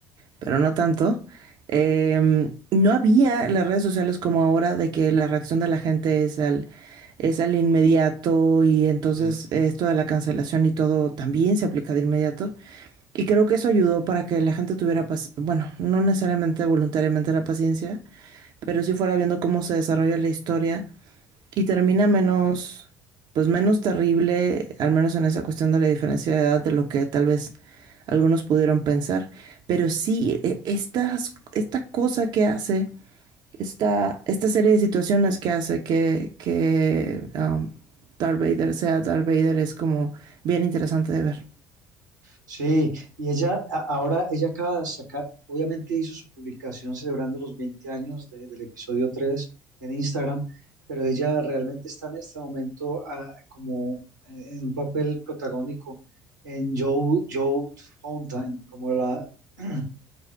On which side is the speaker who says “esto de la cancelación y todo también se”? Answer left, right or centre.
Right